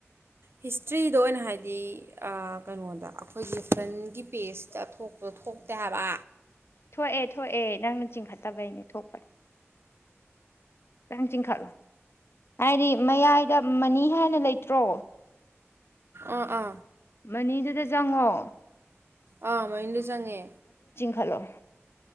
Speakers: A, on the right; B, on the left.
A: ꯍꯤꯁꯇ꯭ꯔꯤꯗ ꯑꯣꯏꯅ ꯍꯥꯏꯗꯤ ꯀꯩꯅꯣꯗ ꯑꯩꯈꯣꯏꯒꯤ ꯐ꯭ꯔꯟꯒꯤ ꯄꯦꯖꯁꯤꯇ ꯊꯣꯛꯄꯣ ꯊꯣꯛꯇꯦ ꯍꯥꯏꯕ
B: ꯊꯣꯛꯑꯦ ꯊꯣꯛꯑꯦ ꯅꯪꯅ ꯆꯤꯡꯈꯠꯇꯕꯩꯅꯦ ꯊꯣꯛꯄꯅꯦ ꯈꯤꯇꯪ ꯆꯤꯡꯈꯠꯂꯣ ꯍꯥꯏꯗꯤ ꯃꯌꯥꯏꯗ ꯃꯅꯤ ꯍꯥꯏꯅ ꯂꯩꯇ꯭ꯔꯣ
A: ꯎ ꯑ
B: ꯃꯅꯤꯗꯨꯗ ꯆꯪꯉꯣ
A: ꯑ ꯃꯅꯤꯗꯨꯗ ꯆꯪꯉꯦ
B: ꯈꯠꯂꯣ